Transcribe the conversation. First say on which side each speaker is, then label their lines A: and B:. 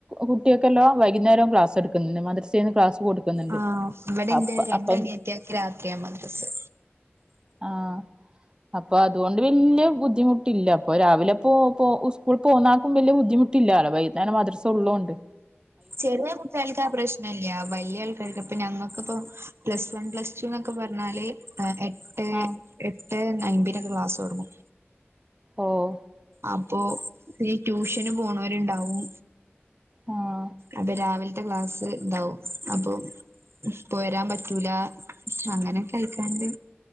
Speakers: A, on the right (about 20°); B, on the right (about 70°).
A: കുട്ടികക്കെല്ലാം വൈകുന്നേരം ക്ലാസ് എടുക്കുന്ന് മദ്രസേന്ന് ക്ലാസ് കൊടുക്കുന്നുണ്ട്
B: ആ ഇവിടെ ഇണ്ട്
A: അപ്പ
B: രണ്ട്
A: അപ്പം
B: അനിയത്തിയാക്ക് രാത്രിയാ മദറസ്
A: ആഹ് അപ്പൊ അതുകൊണ്ട് വെല്ല്യ ബുദ്ധിമുട്ടില്ല അപ്പൊ രാവിലെപ്പോ പോ സ്കൂൾ പോന്നാക്കും വലൃ ബുദ്ധിമു ട്ടില്ലാല്ല വൈകുന്നേരം മദ്രസ ഒള്ളോണ്ട്
B: ചെറിയ കുട്ടിയൾക്ക് ആ പ്രശ്നില്ല്യ വല്ല്യ ആൾക്കാർക്ക് അ ഇപ്പ ഞങ്ങക്ക് ഇപ്പം പ്ലസ് വൺ പ്ലസ് ടു എന്നൊക്കെ പറഞ്ഞാല് എട്ട്
A: ആഹ്
B: എട്ട് ണയന്തിനൊക്കെ ക്ലാസ് തൊടങ്ങും
A: ഓഹ്
B: അപ്പൊ ഈ ട്യൂഷന് പോണവരുണ്ടാവും
A: ആഹ്
B: അത് രാവിലത്തെ ക്ലാസ് ഇതാവും അപ്പൊ ഇപ്പ വെരാൻ പറ്റൂല അങ്ങനൊക്കെ ആയിട്ടാണ്ട്